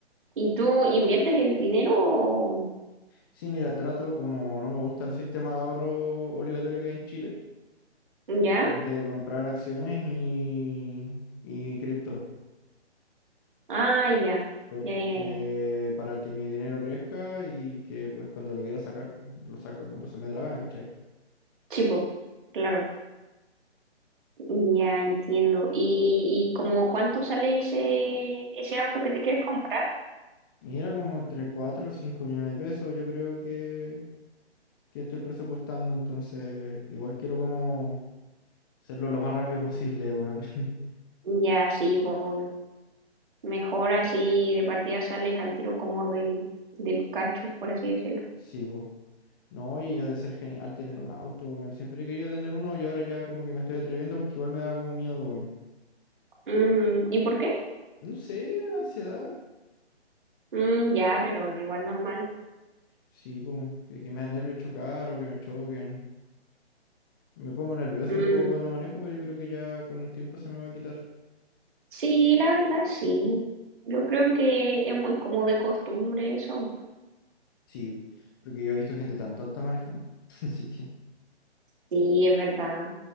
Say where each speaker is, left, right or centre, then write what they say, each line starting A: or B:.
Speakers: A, on the right; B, on the left.
A: y tú inviertes el dinero? o-
B: Sí, mira, trato como no me gusta el sistema de ahorro obligatorio que hay en Chile.
A: ¿Ya?
B: de comprar acciones y, y cripto,
A: Ah, ya.
B: porque
A: Ya, ya, ya.
B: para que mi dinero crezca y que pues cuando lo quiera sacar, lo saco cuando se me dé la gana, ¿cachai?
A: Chivo, claro, ya entiendo. ¿Y, y como cuánto sale ese, ese auto que te quieres comprar?
B: Y era como entre cuatro o 5 millones de pesos, yo creo que, que estoy presupuestando, entonces igual quiero como hacerlo lo más rápido posible, weón. <laughs>
A: Ya, sí, po, obvio. Mejor así de partida sales al tiro como del, del cacho, por así decirlo.
B: Sí, po. No, y ha de ser genial tener un auto, weón. Siempre he querido tener uno y ahora ya como que me estoy atreviendo porque igual me da como miedo, weón.
A: Mm, ¿y por qué?
B: No sé, ansiedad.
A: Mm, ya, pero igual normal.
B: Sí, pues, que, que me da nervios chocar o que me choquen. Me pongo nervioso
A: Mm,
B: un poco cuando manejo, pero yo creo que ya con el tiempo se me va a quitar.
A: sí, la verdad, sí. Yo creo que es muy como de costumbre eso.
B: Sí, porque yo he visto gente tan tonta manejando. <laughs> Así que,
A: Sí, es verdad.